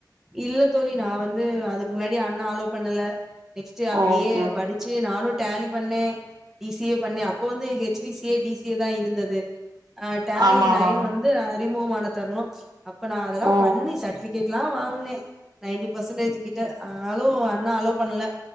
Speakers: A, in the centre; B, on the right.
A: இல்ல தோழி நா வந்து அதுக்கு முன்னாடி அண்ணா அலோ பண்ணல நெக்ஸ்ட்டு அப்டியே
B: ஓகே ஓகே
A: படிச்சு நானு டேலி பண்ணே டி சி ஏ பண்ணே அப்ப வந்து H D C A D C A தா இருந்தது ஆ டேலி
B: ஆமா ஆமா
A: நைன் வந்து அறிமுகமான தருணோ அப்ப நா அதெல்லா
B: ஓ
A: பண்ணி சர்ட்வி டிக்கெட்லா வாங்னே நைன்டி பர்சன்டேஜ்ஜு கிட்ட ஆனாலு அண்ணா அலோ பண்ல